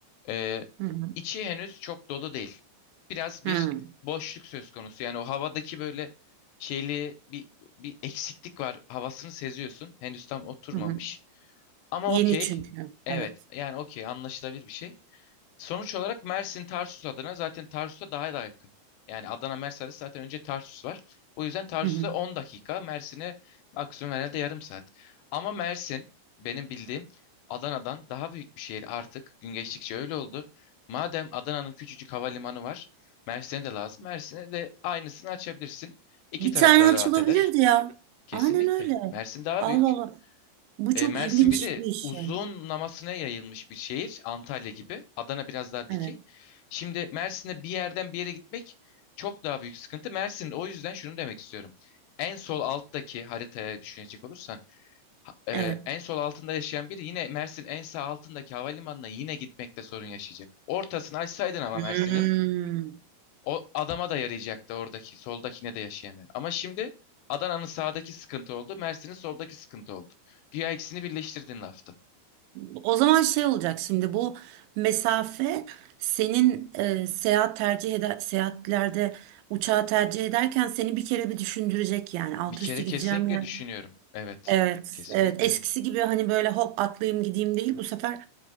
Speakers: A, on the left; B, on the right.
A: Ee,
B: Hı hı.
A: içi henüz çok dolu değil. Biraz
B: Hı
A: bir
B: hı.
A: boşluk söz konusu. Yani o havadaki böyle şeyli bir, bir eksiklik var. Havasını seziyorsun. Henüz tam oturmamış.
B: Hı hı.
A: Ama
B: Yeni
A: okey.
B: çünkü.
A: Evet
B: Evet.
A: yani okey anlaşılabilir bir şey. Sonuç olarak Mersin Tarsus adına zaten Tarsus'a daha da yakın. Yani Adana Mersin arası zaten önce Tarsus var. O yüzden Tarsus'a
B: Hı hı.
A: 10 dakika, Mersin'e maksimum herhalde yarım saat. Ama Mersin benim bildiğim Adana'dan daha büyük bir şehir artık. Gün geçtikçe öyle oldu. Madem Adana'nın küçücük havalimanı var, Mersin'e de lazım. Mersin'e de aynısını açabilirsin. İki
B: Bir
A: tarafta
B: tane açılabilirdi
A: rahat eder.
B: ya.
A: Kesinlikle.
B: Aynen öyle.
A: Mersin daha
B: Allah
A: büyük.
B: Allah. Bu
A: E,
B: çok
A: Mersin
B: ilginç
A: bir de
B: bir şey.
A: uzunlamasına yayılmış bir şehir. Antalya gibi. Adana biraz daha dikey.
B: Evet.
A: Şimdi Mersin'de bir yerden bir yere gitmek çok daha büyük sıkıntı. Mersin o yüzden şunu demek istiyorum. En sol alttaki haritaya düşünecek olursan ha- e,
B: Evet.
A: en sol altında yaşayan biri yine Mersin en sağ altındaki havalimanına yine gitmekte sorun yaşayacak. Ortasını açsaydın ama
B: Hmm.
A: Mersin'in o adama da yarayacaktı oradaki soldakine de yaşayanı. Ama şimdi Adana'nın sağdaki sıkıntı oldu. Mersin'in soldaki sıkıntı oldu. Güya ikisini birleştirdin lafta.
B: O zaman şey olacak şimdi bu mesafe senin e, seyahat tercih eder seyahatlerde uçağı tercih ederken seni bir kere bir düşündürecek yani alt
A: Bir kere
B: üstü
A: kesinlikle
B: gideceğim yer.
A: düşünüyorum. Evet,
B: Evet,
A: kesinlikle.
B: evet. Eskisi gibi hani böyle hop atlayayım gideyim değil. Bu sefer